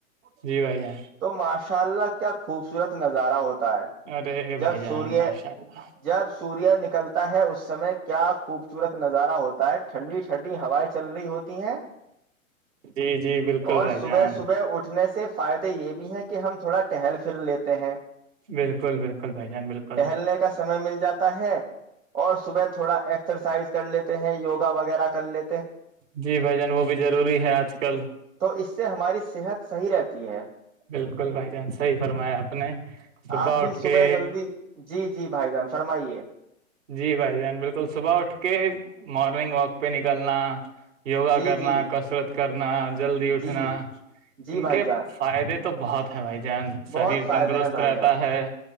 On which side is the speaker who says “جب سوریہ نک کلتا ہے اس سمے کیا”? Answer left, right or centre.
Right